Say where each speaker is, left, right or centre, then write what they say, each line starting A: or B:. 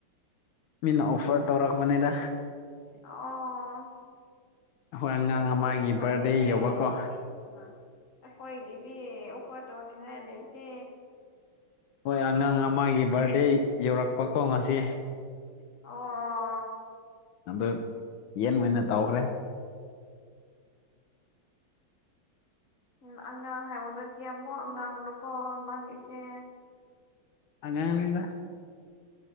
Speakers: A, on the left; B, on the left.
A: ꯃꯤꯅ ꯑꯣꯐꯔ ꯇꯧꯔꯛꯄꯅꯤꯗ
B: ꯑꯣ
A: ꯍꯣꯏ ꯑꯉꯥꯡ ꯑꯃꯒꯤ
B: ꯑꯗꯨꯗꯤ ꯐꯩꯍꯦ
A: ꯕꯥꯔꯗꯦ ꯌꯧꯕꯀꯣ
B: ꯑꯩꯈꯣꯏꯒꯤꯗꯤ ꯎꯄꯔ ꯇꯧꯅꯤꯡꯉꯥꯏ ꯂꯩꯇꯦ
A: ꯍꯣꯏ ꯑꯉꯥꯡ ꯑꯃꯒꯤ ꯕꯥꯔꯗꯦ ꯌꯧꯔꯛꯄꯀꯣ ꯉꯁꯤ
B: ꯑꯣ
A: ꯑꯗꯨ ꯌꯦꯟ ꯑꯣꯏꯅ ꯇꯧꯈ꯭ꯔꯦ
B: ꯎꯝ ꯑꯉꯥꯡ ꯍꯥꯏꯕꯗ ꯀꯌꯃꯨꯛ ꯑꯉꯥꯡꯅꯣꯀꯣ ꯅꯪꯒꯤꯁꯦ
A: ꯑꯉꯡꯅꯤꯗ